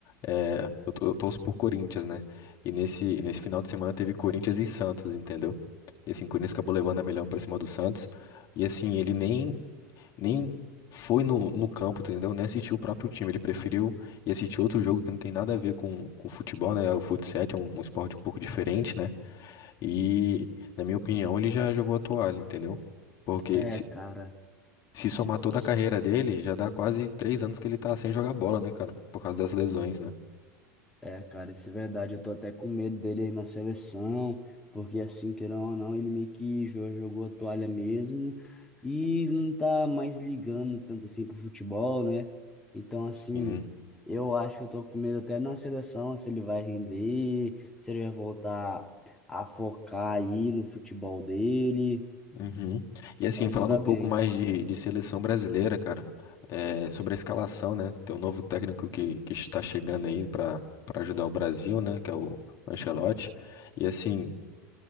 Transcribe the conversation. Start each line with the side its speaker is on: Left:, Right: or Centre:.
Left: é, eu, to- eu torço por Corinthians, né? E nesse, nesse final de semana teve Corinthians e Santos, entendeu? E assim, o Corinthians acabou levando a melhor pra cima do Santos. E assim, ele nem, nem foi no, no campo, entendeu? Nem assistiu o próprio time. Ele preferiu ir assistir outro jogo que não tem nada a ver com, com futebol, né? O futsal é um, um esporte um pouco diferente, né? E, na minha opinião, ele já jogou a toalha, entendeu? Porque
Centre: É,
Left: se
Centre: cara.
Left: se somar toda
Centre: Isso.
Left: a carreira dele, já dá quase três anos que ele tá sem jogar bola, né, cara? Por causa das lesões, né?
Centre: É, cara, isso é verdade. Eu tô até com medo dele aí na seleção, porque assim, querendo ou não, ele meio que jo- jogou a toalha mesmo e não tá mais ligando tanto assim pro futebol, né? Então, assim,
Left: Sim.
Centre: eu acho que eu tô com medo até na seleção, se ele vai render, se ele vai voltar a focar aí no futebol dele
Left: Uhum. E assim,
Centre: pra
Left: falando
Centre: jogar
Left: um pouco
Centre: bem.
Left: mais de, de seleção brasileira, cara, é, sobre a escalação, né? Tem um novo técnico que, que está chegando aí pra para ajudar o Brasil, né? Que é o Ancelotti. E assim,